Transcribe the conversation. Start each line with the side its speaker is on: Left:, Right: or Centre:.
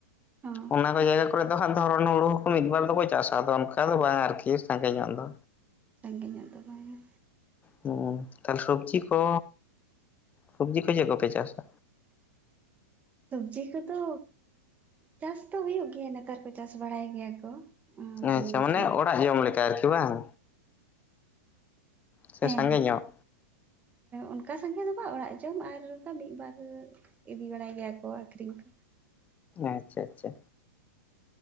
Right: ᱦᱚᱸ
Left: ᱚᱱᱟ ᱠᱚ ᱡᱟᱭᱜᱟ ᱠᱚᱨᱮ ᱫᱚ ᱦᱟᱸᱜ ᱫᱷᱚᱨᱚᱱ ᱦᱩᱲᱩ ᱦᱚᱸ ᱢᱤᱫᱵᱟᱨ ᱫᱚᱠᱚ ᱪᱟᱥ ᱟᱫᱚ ᱚᱱᱠᱟ ᱫᱚ ᱵᱟᱝ ᱟᱨᱠᱤ ᱥᱟᱸᱜᱮ ᱧᱚᱜ ᱫᱚ
Right: ᱥᱟᱺᱜᱤᱧᱚᱜ ᱫᱚᱦᱚᱭ ᱢᱮ
Left: ᱦᱩᱸ ᱛᱟᱦᱚᱞᱮ ᱥᱚᱵᱡᱤ ᱠᱚ ᱥᱚᱵᱡᱤ ᱠᱚ ᱪᱮᱫ ᱠᱚᱯᱮ ᱪᱟᱥᱟ
Right: ᱥᱚᱵᱡᱤ ᱠᱚᱫᱚ ᱪᱟᱥ ᱫᱚ ᱦᱩᱭᱩᱜ ᱜᱮᱭᱟ ᱱᱮᱛᱟᱨ ᱠᱚ ᱪᱟᱥ ᱵᱟᱲᱟᱭ ᱜᱮᱭᱟ ᱠᱚ
Left: ᱟᱪᱪᱷᱟ
Right: ᱠᱚᱢ ᱵᱮᱥᱤ
Left: ᱢᱟᱱᱮ ᱚᱲᱟᱜ ᱡᱚᱢ ᱞᱮᱠᱟ ᱟᱨᱠᱤ ᱵᱟᱝ ᱥᱮ
Right: ᱦᱮᱸ
Left: ᱥᱟᱜᱮᱧᱚᱜ
Right: ᱚᱱᱠᱟ ᱥᱟᱸᱜᱮ ᱫᱚ ᱵᱟᱝ ᱚᱲᱟᱜ ᱡᱚᱢ ᱟᱨ ᱚᱱᱠᱟ ᱢᱤᱫ ᱵᱟᱨ ᱤᱫᱤ ᱵᱟᱲᱟᱭ ᱜᱮᱭᱟ ᱠᱚ ᱟᱹᱠᱷᱨᱤᱧ ᱠᱚ
Left: ᱟᱪᱪᱷᱟ ᱟᱪᱪᱷᱟ